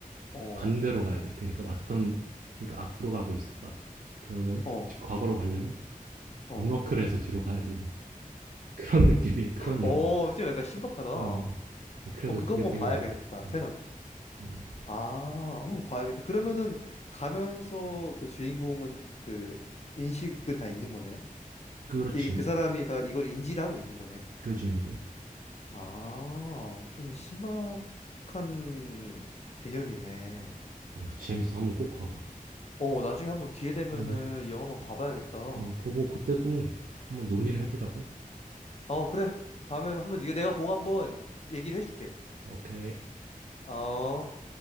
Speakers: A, on the left; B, on the right.
A: 어,
B: 반대로 가야 돼. 그러니까 왔던 그러니까 앞으로 가고 있었다. 그러면은
A: 어,
B: 뒤- 과거로 가려면
A: 어.
B: 문워크를 해서 뒤로 가야 되는 그런 느낌이 그런
A: 어,
B: 영화야.
A: 좀 약간 신박하다. 어,
B: 어. 어. 그래서
A: 그거
B: 그게
A: 한번
B: 되게
A: 봐야겠다.
B: 어려워. 어,
A: 테너.
B: 음.
A: 아, 한번 봐야겠다. 그러면은 가면서 그 주인공은 그 인식은 다 있는 거네?
B: 그렇지.
A: 이게 그 사람이 다 이걸 인지를 하고 있는 거네?
B: 그지 그지.
A: 아, 어, 좀 신박한 개념이네.
B: 어, 재밌어. 한번 꼭 가봐.
A: 어, 나중에 한번 기회 되면은
B: 음.
A: 이 영화 한번 봐봐야겠다.
B: 어, 보고 그때 또 한번 논의를
A: 응.
B: 해보자고.
A: 어, 그래. 다음에 한번 이거 내가 보고 한번 얘기를 해줄게.
B: 오케이.
A: 어.